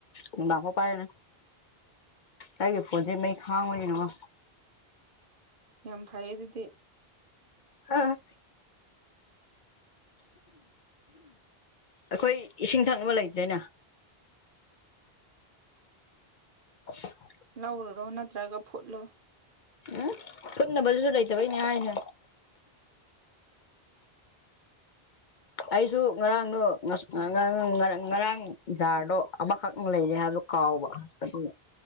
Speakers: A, on the left; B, on the right.
A: ꯅꯨꯡꯗꯥꯡꯐꯧ ꯄꯥꯏꯔꯅꯤ ꯑꯩꯒꯤ ꯐꯣꯟꯁꯦ ꯃꯩ ꯈꯥꯡꯕꯅꯤ ꯌꯦꯡꯉꯣ
B: ꯌꯥꯝ ꯐꯩꯌꯦ ꯑꯗꯨꯗꯤ
A: ꯑ ꯑꯩꯈꯣꯏ ꯏꯁꯤꯡ ꯊꯛꯅꯕ ꯂꯩꯇ꯭ꯔꯦꯅ <unintelligible>
B: ꯂꯧꯔꯨꯔꯣ ꯅꯠꯇ꯭ꯔꯒ ꯐꯨꯠꯂꯣ
A: ꯎꯝ ꯐꯠꯅꯕꯗꯨꯁꯨ ꯂꯩꯇꯕꯩꯅꯦ ꯍꯥꯏꯖꯦ ꯑꯩꯁꯨ ꯉꯔꯥꯡꯗꯣ ꯉꯁ ꯉ ꯉ ꯉꯔꯥꯡ ꯖꯥꯔꯗꯣ ꯑꯃꯈꯛ ꯂꯩꯔꯦ ꯍꯥꯏ__ ꯀꯥꯎꯕ ꯑꯗꯨ